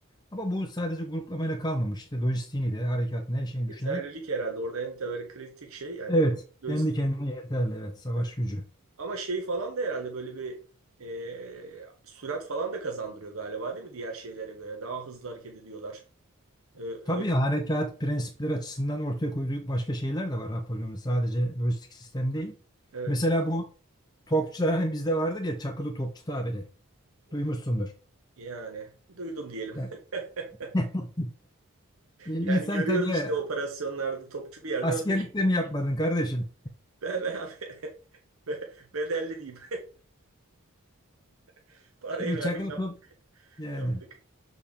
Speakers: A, on the left; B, on the right.
A: Ama bu sadece gruplamayla kalmamış. İşte lojistiğini de, harekatını, her şeyini
B: Yeterlilik
A: düşünerek
B: herhalde orada en böyle kritik şey yani
A: evet, kendi
B: lojistik.
A: kendine yeterli evet savaş
B: Evet.
A: gücü.
B: Ama şey falan da herhalde böyle bir e, sürat falan da kazandırıyor galiba değil mi diğer şeylere göre? Daha hızlı hareket ediyorlar. Ee, öyle-
A: Tabii harekat prensipleri açısından ortaya koyduğu başka şeyler de var Napolyon'un. Sadece lojistik sistem değil.
B: evet.
A: Mesela bu topçular hani bizde vardır ya çakılı topçu tabiri.
B: E,
A: Duymuşsundur.
B: Yani duydum diyelim.
A: Yani
B: <laughs>
A: <laughs> İnsan
B: Yani görüyoruz
A: tabii
B: işte operasyonlarda topçu bir yerden
A: Askerlikte
B: ateş.
A: mi yapmadın kardeşim?
B: <laughs> Be, be abi. <laughs> Be- bedelli diyeyim. <laughs> Parayı
A: Şimdi
B: verdik
A: çakılı
B: yap-
A: top yani
B: yaptık.